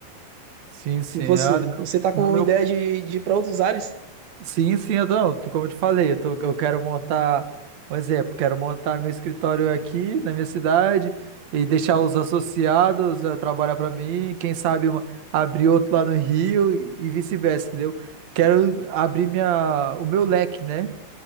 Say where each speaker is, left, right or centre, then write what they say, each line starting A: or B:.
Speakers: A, on the right; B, on the right.
A: sim, sim.
B: E você?
A: Ah, no meu,
B: Você tá
A: no
B: com
A: meu-
B: ideia de, de ir pra outros ares?
A: sim, sim, então, como eu te falei, eu, tô- eu quero montar, um exemplo, quero montar meu escritório aqui na minha cidade e deixar os associados eh, trabalhar para mim. Quem sabe uma- abrir outro lá no Rio e, e vice-versa, entendeu? Quero abrir minha, o meu leque, né?